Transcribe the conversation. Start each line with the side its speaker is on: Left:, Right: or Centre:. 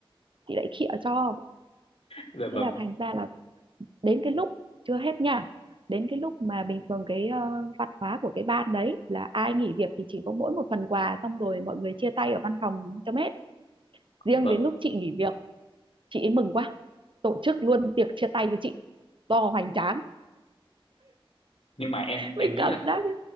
Right: chị lại khịa cho
Left: dạ vâng
Right: thế là thành ra là đến cái lúc chưa hết nha đến cái lúc mà bình thường cái ờ, văn hóa của cái ban đấy là ai nghỉ việc thì chỉ có mỗi một phần quà xong rồi mọi người chia tay ở văn phòng cho hết riêng
Left: dạ vâng
Right: đến lúc chị nghỉ việc chị ấy mừng quá tổ chức luôn tiệc chia tay cho chị to hoành tráng
Left: nhưng mà em em
Right: mình
Left: nghĩ
Right: cảm
Left: là
Right: giác như